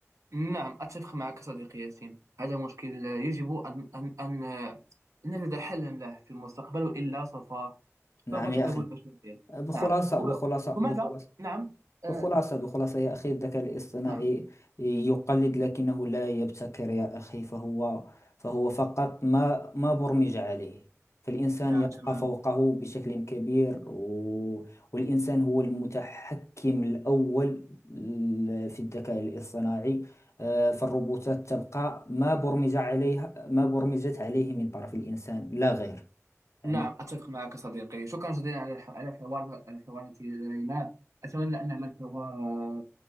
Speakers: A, on the right; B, on the left.
A: نعم أتفق معك صديقي ياسين هذا مشكل يجب أن أن أن أن نجد حلا له في المستقبل وإلا سوف
B: نعم
A: سوف تذهب
B: يا أخي
A: البشرية
B: بخلاصة
A: نعم و-
B: بخلاصة
A: وماذا؟
B: بخلاصة
A: نعم آه،
B: بخلاصة بخلاصة يا أخي الذكاء الاصطناعي
A: نعم
B: يقلد لكنه لا يبتكر يا أخي فهو فهو فقط ما ما برمج عليه فالإنسان
A: نعم
B: يبقى
A: تماما
B: فوقه بشكل كبير و... والإنسان هو المتحكم الأول ل- في الذكاء الاصطناعي آه، فالروبوتات تبقى ما برمج عليها ما برمجت عليه من طرف الإنسان لا غير يعني
A: نعم أتفق معك صديقي شكرا جزيلا على الح- على الحوار على الحوار التي جريناه أتمنى أن نعمل حوار